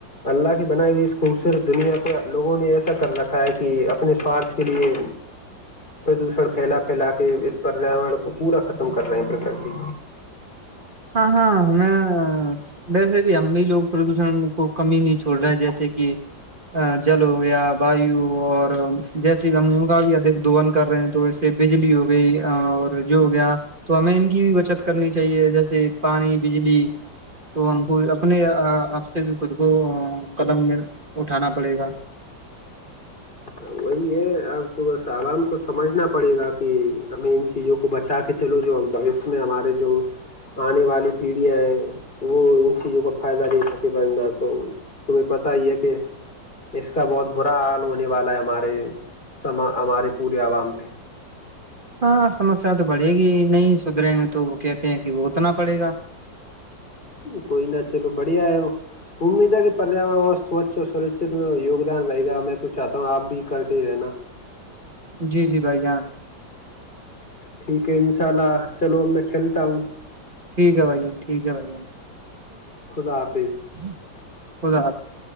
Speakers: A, on the left (about 30°); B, on the right (about 35°).
A: اللہ کی بنائی ہوئی اس خوبصورت دنیا کو لوگوں نے ایسا کر رکھا ہے کہ اپنے سوارھ کے لیے پردوشن پھیلا پھیلا کے اس پریاور کو پورا ختم کر رہے ہیں پرکتی
B: ہاں ہاں ہمیں ویسے بھی ہم بھی لوگ پردوشن کو کمی نہیں چھوڑ رہے ہیں جیسے کہ جل ہو گیا واو اور جیسے کہ ہم ان کا بھی ادھ دون کر رہے ہیں تو اس سے بجلی ہو گئی اور جو ہو گیا تو ہمیں ان کی بھی بچت کرنی چاہیے جیسے پانی بجلی تو ہم کو اپنے آپ سے بھی خود کو قدم میں اٹھانا پڑے گا
A: وہی ہے اب تو بس عوام کو سمجھنا پڑے گا کہ ہمیں ان چیزوں کو بچا کے چلو جو بوشیہ میں ہمارے جو آنے والی پیڑھیاں ہیں وہ ان چیزوں کا فائدہ دے سک بننا تو تمہیں پتا ہی ہے کہ اس کا بہت برا آپ ہونے والا ہے ہمارے ہمارے پورے عوام پہ
B: ہاں سمسیا تو بڑھے گی نہیں سدھریں گے تو وہ کہتے ہیں کہ وہ اتنا پڑے گا
A: کوئی نہ چلو بڑھیا ہے امید ہے کہ پریاور اور سوچھ اور سرکچت میں یوگدان رہے گا میں تو چاہتا ہوں آپ بھی کرتے رہنا
B: جی جی بھائی جان
A: ٹھیک ہے ان شاء اللہ چلو میں چلتا ہو
B: ٹھیک ہے بھائی جان ٹھیک ہے بھائی جان
A: خدا حافظ
B: گے خدا حافظ